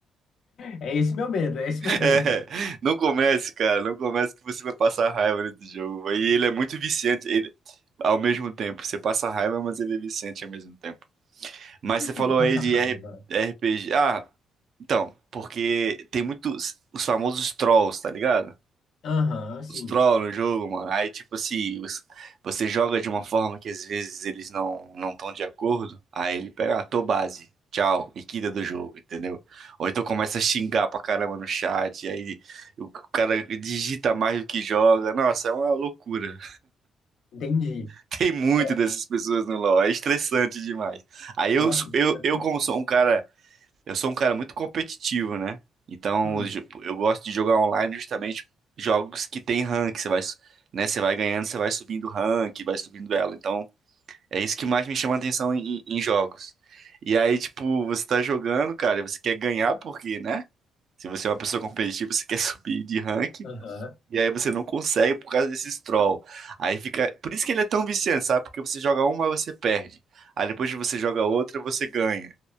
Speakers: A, on the left; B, on the right.
A: É esse meu medo, é esse meu medo.
B: É, não comece, cara, não comece que você vai passar raiva nesse jogo. E ele é muito viciante, ele, ao mesmo tempo, você passa raiva, mas ele é viciante ao mesmo tempo. Mas
A: E por
B: você
A: que
B: falou
A: que
B: aí
A: passa
B: de
A: raiva?
B: R- RPG. Ah, então, porque tem muitos os famosos trolls, tá ligado?
A: Aham, sim.
B: Os trolls no jogo, mano. Aí, tipo assim, você você joga de uma forma que às vezes eles não não estão de acordo. Aí ele pega, ah, tô base. Tchau, e quita do jogo, entendeu? Ou então começa a xingar pra caramba no chat, e aí o cara digita mais do que joga. Nossa, é uma loucura.
A: Entendi.
B: <laughs> Tem muito
A: Nossa,
B: dessas pessoas no LoL, é estressante demais. Aí eu,
A: nossa, você
B: eu,
A: deve
B: eu
A: ter
B: como sou um cara Eu sou um cara muito competitivo, né? Então,
A: Hum,
B: os jo- eu gosto de jogar online justamente jogos que tem rank. Você vai, su- né? Você vai ganhando, você vai subindo rank, vai subindo ela. Então, é isso que mais me chama a atenção em, em jogos. E aí, tipo, você tá jogando, cara, e você quer ganhar porque, né? Se você é uma pessoa competitiva, você <laughs> quer subir de rank.
A: aham,
B: E aí você não consegue por causa desses troll. Aí fica. Por isso que ele é tão viciante, sabe? Porque você joga uma, você perde. Aí depois que você joga outra, você ganha.